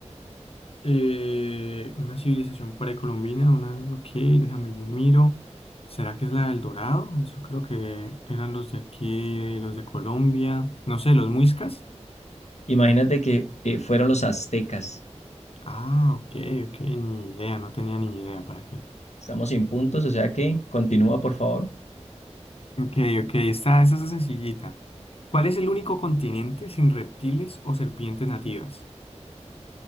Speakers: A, on the left; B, on the left.
A: Eh, una civilización precolombina, una, ok, déjame yo miro. ¿Será que es la del Dorado? Eso creo que eran los de aquí, los de Colombia. No sé, los muiscas.
B: Imagínate que eh, fueron los aztecas.
A: Ah, ok, ok, ni idea, no tenía ni idea para qué.
B: Estamos sin puntos, o sea que continúa, por favor.
A: Ok, ok, esta, esta es sencillita. ¿Cuál es el único continente sin reptiles o serpientes nativas?